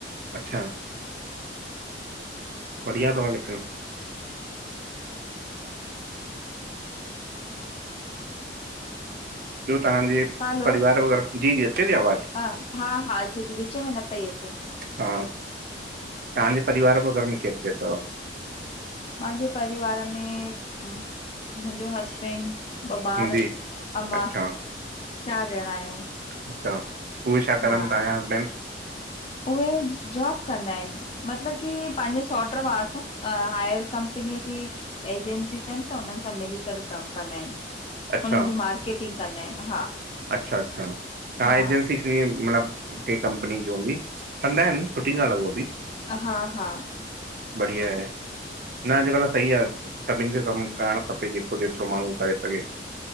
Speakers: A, on the right; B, on the left.
A: अच्छा। ॿढ़िया तव लिखंण। ॿियो तहांजे
B: हलो
A: परिवार वग़ैरह, जी जी अचेती आवाज़?
B: हा हा हा अचे ती विच में न पई अचे
A: हा तहांजे परिवार व घर में केर केर तव?
B: मांजे परिवार में मुंजो हसबैंड ॿ ॿार
A: जी
B: अ
A: अच्छा
B: मां। चार ॼणां आहियंउं
A: अच्छा उहे छा
B: हा।
A: करनि तव्हांजा हस्बैंड
B: उहे जॉब कंदा इनि। मतलब की पांजे सौट्र भा सां हायर कंपनीअ जी एजेंसी तनि त हुननि सां मिली करे कमु कंदा इनि।
A: अच्छा
B: उन्हनि ज्यू मार्केटिंग कंदा इनि, हा।
A: अच्छा अच्छा, छा
B: हा
A: एजेंसी ईयें मतलबु केंहिं कंपनी जी हुंदी, कंदा हिनि सुठी गाल्हि आ उह बि
B: अ हा हा
A: बढिया ए न अॼुकल्ह सही आ सभिनि खे कमु करणु खपे जेको जेतिरो माण्हूं करे सघे।